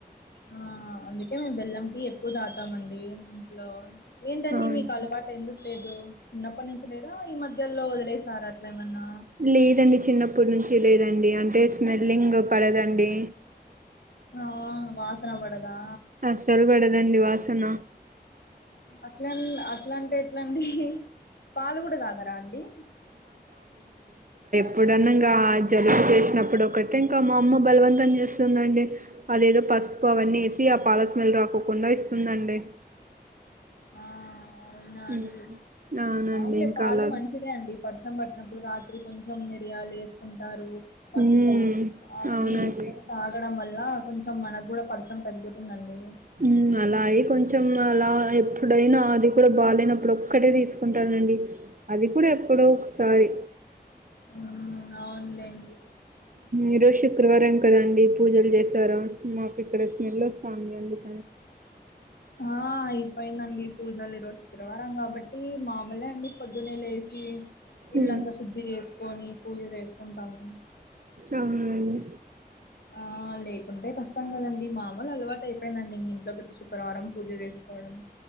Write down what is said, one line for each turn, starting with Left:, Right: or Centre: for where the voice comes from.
Left: ఆ అందుకే మేము బెల్లం టీ ఎక్కువ దాటామండి ఇంట్లో ఏంటండి
Right: అవును
Left: మీకు అలవాటు ఎందుకు లేదు చిన్నప్పటి నుంచి లేదా ఈ మధ్యలో వదిలేసారా అట్లా ఏమన్నా
Right: లేదండి చిన్నప్పుటి నుంచి లేదండి అంటే స్మెల్లింగ్ పడదండి
Left: ఆ వాసన పడదా
Right: అసలు పడదండీ వాసన
Left: అట్లా అట్లాంటే ట్లాండి పాలు కూడా తాగరా అండి
Right: అప్పుడున్నంగా జలుబు చేసినప్పుడు ఒకటే ఇంకా మా అమ్మ బలవంతం చేస్తుందండి అదేదో పసుపు అవన్నీ వేసి ఆ పాల స్మెల్ రాకోకుండా ఇస్తుందండి
Left: ఆ అవునాండి
Right: మ్మ్. అవునండి
Left: అవునడి
Right: ఇంకా
Left: పాలు
Right: అలాగే
Left: మంచి ఉట్టిదే అండి పర్సం పట్టినప్పుడు రాత్రి కొంచెం మిరియాలు వేసుకుంటారు పసుపు
Right: ఉమ్
Left: అవన్నీ
Right: అవునండి
Left: వేస్కుని తాగడం వల్ల కొంచెం మనకు కూడా పడిషం తగ్గుతుందండి
Right: హ్మ్ అలాగే కొంచెం అలా ఎప్పుడైనా అది కూడా బాగాలేనప్పుడు ఒక్కటే తీసుకుంటానండి అది కూడా ఎప్పుడో ఒకసారి
Left: హ్మ్ అవున్లెండి
Right: ఈ రోజు శుక్రవారం కదండి పూజలు చేసారా నాకు ఇక్కడ స్మెల్ వస్తాంది ఎందుకు
Left: ఆ అయిపోయిందండి పూజలు ఈరోజు శుక్రవారం కాబట్టి మామూలే అండి పొద్దున్నే లేసి ఇల్లంతా
Right: ఉమ్
Left: శుద్ధి చేసుకొని పూజ చేసుకుంటాము మేము
Right: అవునూలెండి
Left: ఆ లేకుంటే కష్టం కదండి మామూలు అలవాటు అయిపోయిందండి ఇం ఇంట్లో ప్రతి శుక్రవారం పూజ చేసుకోవడం